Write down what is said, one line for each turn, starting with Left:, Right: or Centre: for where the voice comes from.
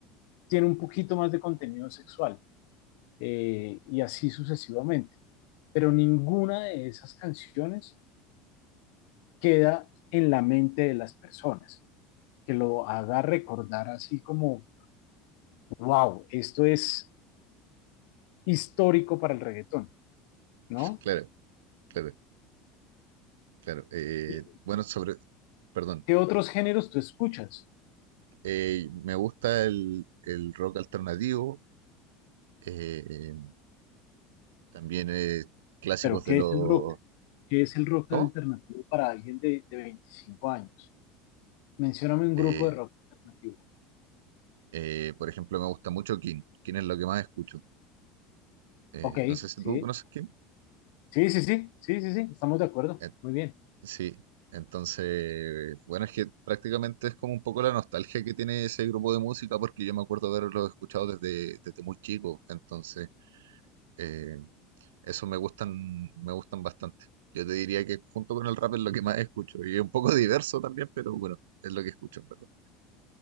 Left: tiene un poquito más de contenido sexual, eh, y así sucesivamente. Pero ninguna de esas canciones queda en la mente de las personas, que lo haga recordar así como, wow, esto es histórico para el reggaetón, ¿no?
Right: Claro, claro, claro. Eh,
Left: ¿Y
Right: bueno, sobre, perdón.
Left: ¿Qué otros géneros tú escuchas?
Right: Eh, me gusta el, el rock alternativo, eh, también eh, clásicos
Left: Pero ¿qué
Right: de los...
Left: es el rock? ¿Qué es el rock
Right: ¿Cómo?
Left: alternativo para alguien de, de 25 años? Mencióname un
Right: Eh,
Left: grupo de rock alternativo.
Right: eh, por ejemplo, me gusta mucho King. King es lo que más escucho. Eh,
Left: Ok,
Right: no sé si
Left: sí,
Right: tú conoces King.
Left: sí, sí, sí, sí, sí, sí, estamos de acuerdo.
Right: Eh,
Left: Muy bien.
Right: sí, entonces, bueno, es que prácticamente es como un poco la nostalgia que tiene ese grupo de música, porque yo me acuerdo haberlo escuchado desde, desde muy chico. Entonces, eh, Eso me gustan, me gustan bastante. Yo te diría que junto con el rap es lo que más escucho. Y es un poco diverso también, pero bueno, es lo que escucho, en verdad.